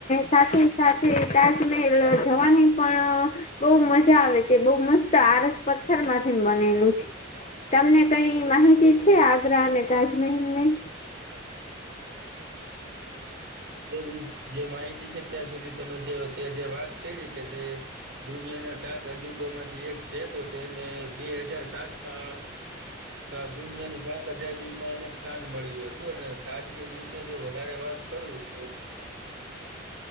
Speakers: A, on the left; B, on the right.
A: સાથે સાથે તાજમહેલ જવાની પણ બઉ મજા આવે તે બઉ મસ્ત આરસ પથ્થર માંથી બનેલું છે. તમને કઈ માહિતી છે આગ્રા અને તાજમહેલ ની?
B: એ જે માહિતી છે ત્યાં સુધી તમે જે જે વાત કરી કે તે દુનિયાના સાત અજુબામાંથી એક છે તો તેને બે હજાર સાત માં સાત દુનિયાની સાત અજાબીમાં એને સ્થાન મળ્યું હતું અને તાજમેલ વિશે જો વધારે વાત કરું તો